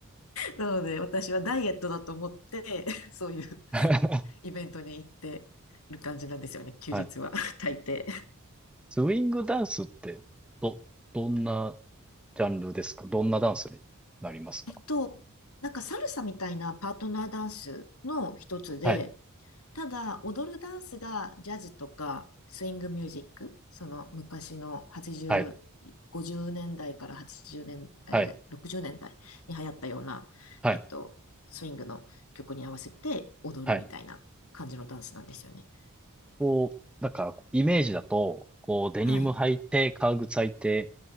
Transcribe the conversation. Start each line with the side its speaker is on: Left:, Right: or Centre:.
Left: なので、私はダイエットだと思って、<laughs> そういう
Centre: <laughs>
Left: イベントに行っている感じなんですよね、休日は、
Centre: はい。
Left: <laughs> 大抵。
Centre: スイングダンスって、ど、どんなジャンルですかどんなダンスになりますか
Left: えっと、なんかサルサみたいなパートナーダンスの一つで、
Centre: はい。
Left: ただ踊るダンスがジャズとかスイングミュージック、その昔の80、
Centre: はい。
Left: 50年代から80年、えー60年代に流行ったような、
Centre: はい。はい。
Left: えっと、スイングの曲に合わせて踊るみたいな感じのダンスなんですよね。
Centre: はい。こう、なんか、イメージだと、こう、デニム履いて、
Left: はい。
Centre: 革靴履いて、